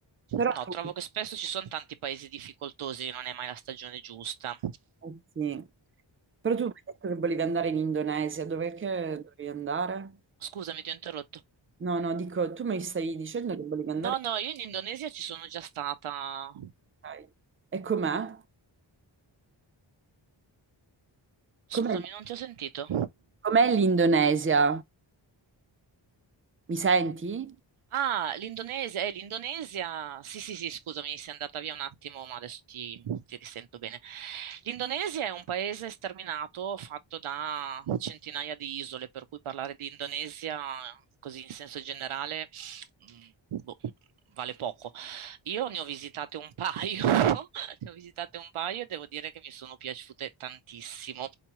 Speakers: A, on the right (about 25°); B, on the right (about 85°).
A: Però
B: No,
A: tu,
B: trovo che spesso ci sono tanti paesi difficoltosi, non è mai la stagione giusta.
A: eh sì. Però tu mi hai detto che volevi andare in Indonesia, dov'è che dovevi andare?
B: Scusami, ti ho interrotto.
A: No, no, dico, tu mi stai dicendo che volevi andare
B: No, no, io in Indonesia ci sono già stata.
A: Ok. E com'è?
B: Scusami,
A: Com'è
B: non ti ho sentito.
A: com'è l'Indonesia? Mi senti?
B: Ah, l'Indonese- eh, l'Indonesia, sì, sì, sì, scusami, sei andata via un attimo, ma adesso ti, ti risento bene. L'Indonesia è un paese sterminato, fatto da centinaia di isole, per cui parlare di Indonesia, così in senso generale, mh, boh, vale poco. Io ne ho visitate un paio, <laughs> ne ho visitate un paio e devo dire che mi sono piaciute tantissimo